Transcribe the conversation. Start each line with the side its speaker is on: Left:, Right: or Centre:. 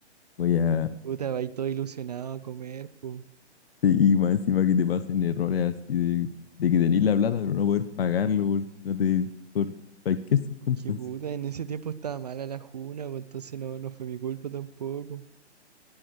Left: voy a...
Right: Puta, va ahí todo ilusionado a comer, pues.
Left: Sí, y más encima que te pasen errores así de, de que tenés la plata, pero no poder pagarlo por, no te, por cualquier circunstancia.
Right: Qué puta, en ese tiempo estaba mala la juna, pues entonces no, no fue mi culpa tampoco.